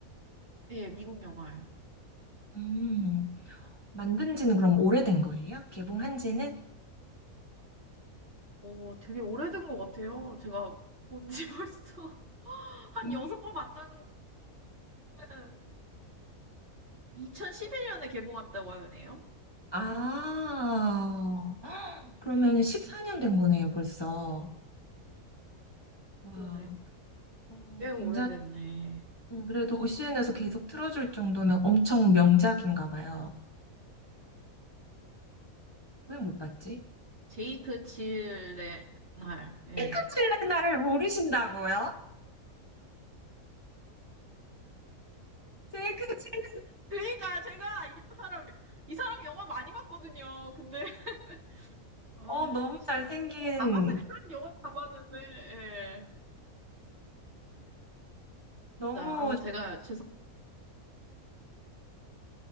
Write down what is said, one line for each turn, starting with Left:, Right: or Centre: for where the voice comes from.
Right: 예, 미국 영화예요.
Left: 음, 만든 지는 그럼 오래된 거예요? 개봉한 지는?
Right: 어, 되게 오래된 것 같아요. 제가 본지 <laughs> 벌써 한
Left: 음.
Right: 여섯 번 봤다는 거예요. 2011년에 개봉했다고 하네요.
Left: 아, 그러면 14년 된 거네요, 벌써. 와,
Right: 그러네.
Left: 어,
Right: 꽤 오래됐네.
Left: 굉장히, 음, 그래도 OCN에서 계속 틀어줄 정도면 엄청 명작인가 봐요. 왜 못 봤지?
Right: 제이크 질레날. 예.
Left: 핑크칠레 나를 모르신다고요? 제이크 칠레,
Right: 그러니까 제가 이 사람이 이 사람 영화 많이 봤거든요. 근데 <laughs> 아,
Left: 어, 너무
Right: 진짜.
Left: 잘생긴,
Right: 다 봤어 이 사람 영화 다 봤는데. 예.
Left: 너무
Right: 자, 아, 제가 죄송